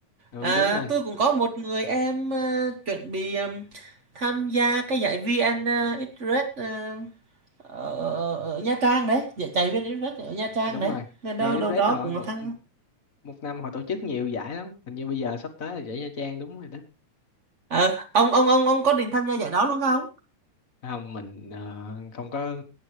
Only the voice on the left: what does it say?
ừ
đúng rồi
đúng
rồi
VnExpress
họ
một
một năm họ tổ chức nhiều giải lắm hình như bây giờ sắp tới là giải Nha Trang đúng rồi đó
không mình ờ, không có